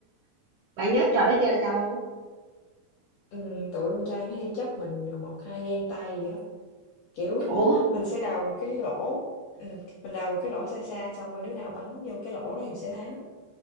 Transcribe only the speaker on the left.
Ừm, tụi con trai nó hay chấp mình, à, 1, 2 gang tay gì đó kiểu, <laughs>
mình sẽ đào một cái lỗ, ừm, mình đào một cái lỗ xa xa xong rồi đứa nào bắn vô cái lỗ đó thì sẽ thắng.